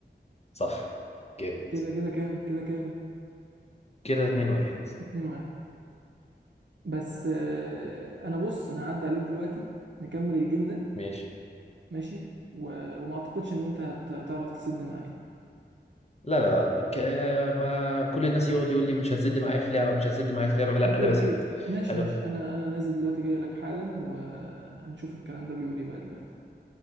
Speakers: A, on the left (about 35°); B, on the right (about 80°).
A: صح جامد
B: كده كده كام كده كام
A: كده 2 1
B: اتنين واحد بس آه، انا بص انا هعدي عليك دلوقتي نكمل الجيم ده
A: ماشي
B: ماشي و... وما اعتقدش ان انت هت- هتعرف تسد معايا
A: لا لا لا بك... ما كل الناس يقعد يقول لي مش هتسد معايا في لعبه مش هتسد معايا في لعبه لا
B: اوكي
A: انا
B: اوكي
A: بسد
B: ماشي
A: انا
B: ماشي انا انا نازل دلوقتي جاي لك حالا وهنشوف الكلام ده بيقول ايه بقى دلوقتي